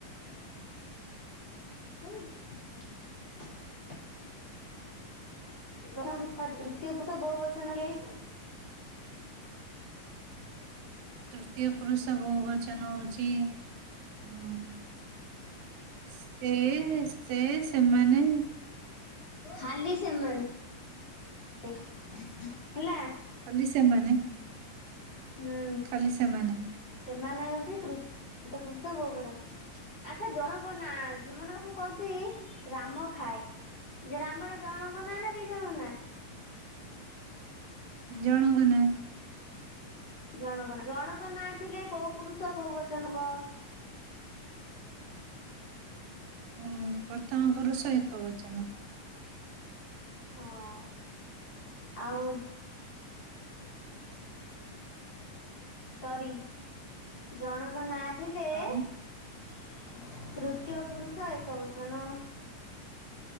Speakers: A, on the left; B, on the right.
A: <unintelligible> ପ୍ରଥମ ପୁରୁଷ ତୃତୀୟ ପୁରୁଷ ବହୁ ବଚନ କିଏ?
B: ତୃତୀୟ ପୁରୁଷ ବହୁ ବଚନ ହଉଛି ହଁ ସେ ସେ ସେମାନେ।
A: ଖାଲି ସେମାନେ ହେଲା।
B: ଖାଲି ସେମାନେ।
A: ହୁଁ
B: ଖାଲି ସେମାନେ।
A: ସେମାନେ ହଉଛି ତୃତିୟ ପୁରୁଷ ବହୁ ବଚନ। ଆଚ୍ଛା ଜଣଙ୍କ ନାଁ ଅଛି ମନେକର ମୁଁ କହୁଛି ରାମ ଖାଏ। ଯୋଉ ରାମଟା ଜଣଙ୍କ ନାଁ ନା ଦି ଜଣଙ୍କ ନାଁ।
B: ଜଣଙ୍କ ନାଁ।
A: ଜଣଙ୍କ ନା ଜଣଙ୍କ ନାଁ ଥିଲେ କୋଉ ପୁରୁଷ କୋଉ ବଚନ ହବ।
B: ଉଁ ପ୍ରଥମ ପୁରୁଷ ଏକ ବଚନ।
A: ହଁ ଆଉ। ସରି ଜଣଙ୍କ ନାଁ ଥିଲେ
B: ଆଉ
A: ତୃତୀୟ ପୁରୁଷ ଏକ ବଚନ।